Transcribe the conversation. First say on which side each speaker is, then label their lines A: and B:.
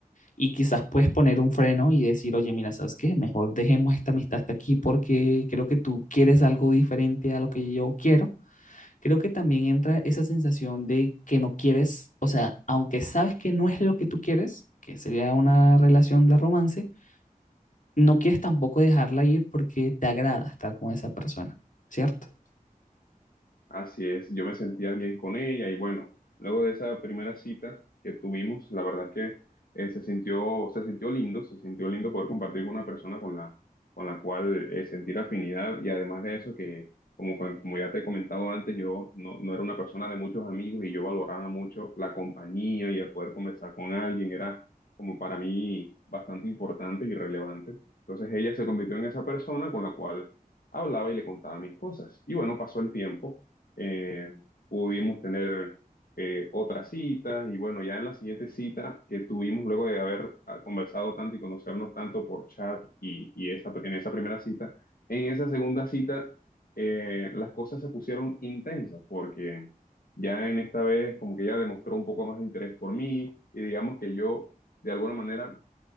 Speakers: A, on the left (about 60°); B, on the left (about 75°).
A: y quizás puedes poner un freno y decir, oye, mira, ¿sabes qué? Mejor dejemos esta amistad hasta aquí porque creo que tú quieres algo diferente a lo que yo quiero. Creo que también entra esa sensación de que no quieres, o sea, aunque sabes que no es lo que tú quieres, que sería una relación de romance, no quieres tampoco dejarla ir porque te agrada estar con esa persona, ¿cierto?
B: Así es, yo me sentía bien con ella y bueno, luego de esa primera cita que tuvimos, la verdad que eh, se sintió, se sintió lindo, se sintió lindo poder compartir con una persona con la, con la cual eh, sentir afinidad y además de eso que, como, cua- como ya te he comentado antes, yo no, no era una persona de muchos amigos y yo valoraba mucho la compañía y el poder conversar con alguien, era como para mí bastante importante y relevante. Entonces ella se convirtió en esa persona con la cual hablaba y le contaba mis cosas. Y bueno, pasó el tiempo eh, pudimos tener eh, otras citas y bueno, ya en la siguiente cita que tuvimos luego de haber ah, conversado tanto y conocernos tanto por chat y, y esa, en esa primera cita, en esa segunda cita eh, las cosas se pusieron intensas porque ya en esta vez como que ella demostró un poco más de interés por mí y digamos que yo de alguna manera